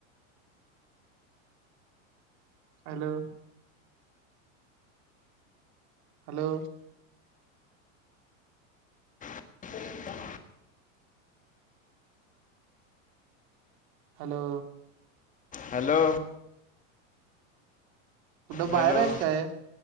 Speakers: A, on the right; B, on the left.
A: हॅलो! हॅलो!
B: <unintelligible>
A: हॅलो!
B: हॅलो!
A: कुठ बाहेर
B: हॅलो
A: आहेच काय